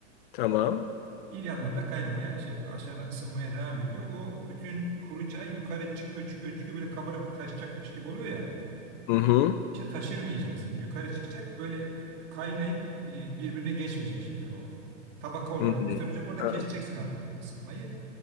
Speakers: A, on the left (about 45°); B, on the right (about 40°).
A: Tamam.
B: Bir yandan da kaynamaya şey aşağıdan ısınmaya devam ediyor. O bütün kuru çay yukarı çıkıyor çıkıyor çıkıyor böyle kabarıp taşacakmış gibi oluyor ya.
A: Hı hı.
B: İşte taşırmayacaksın. Yukarı çıkacak böyle kaynayıp e, birbirine geçmeyecek şeyler o. Tabaka olarak
A: Hı hı.
B: üstte olacak orada
A: Ha,
B: keseceksin artık ısıtmayı.